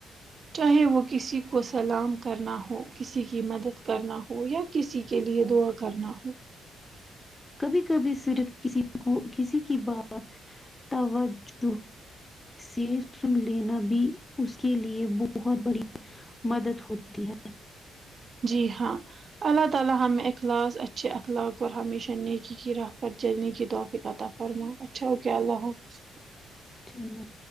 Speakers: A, on the right (about 45°); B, on the left (about 15°).
A: چاہے وہ کسی کو سلام کرنا ہو کسی کی مدد کرنا ہو ہو یا کسی کے لیے دعا کرنا ہو
B: کبھی کبھی صرف کسی کو کسی کی بات توجہ سے سن لینا بھی اس کے لیے بہت بڑی مدد ہوتی ہے
A: جی ہاں اللہ تعالی ہم اخلاص اچھے اخلاق اور ہمیشہ نیکی کی راہ پر جلنے کی توفیق عطا فرمائے فرما اچھا اوکے اللہ حافظ
B: چلے